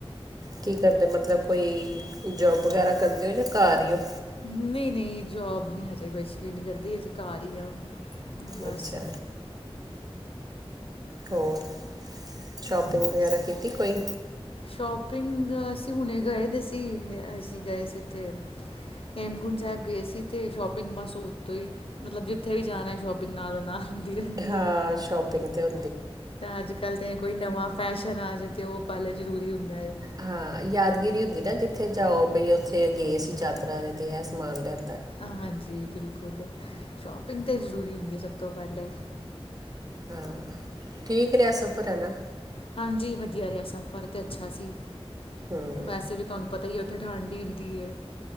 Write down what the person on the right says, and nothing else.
ਕੀ ਕਰਦੇ ਮਤਲਬ ਕੋਈ ਜੋਬ ਵਗੈਰਾ ਕਰਦੇ ਹੋ ਜਾਂ ਘਰ ਹੀ ਹੋ।
ਅੱਛਾ ਹੋਰ ਸ਼ੋਪਿੰਗ ਵਗੈਰਾ
ਕੀਤੀ ਕੋਈ
ਹਾਂ,
ਸ਼ੋਪਿੰਗ 'ਤੇ ਹੁੰ
ਹਾਂ, ਯਾਦਗਿਰੀ ਹੁੰਦੀ ਨਾ ਜਿੱਥੇ ਜਾਓ ਵੀਈ ਉੱਥੇ ਗਏ ਸੀ ਯਾਤਰਾ ਤੇ ਇਹ ਸਮਾਨ ਲਿਆ।
ਹਾਂ, ਠੀਕ ਰਿਹਾ ਸਫ਼ਰ ਹੈ ਨਾ।
ਹੂੰ,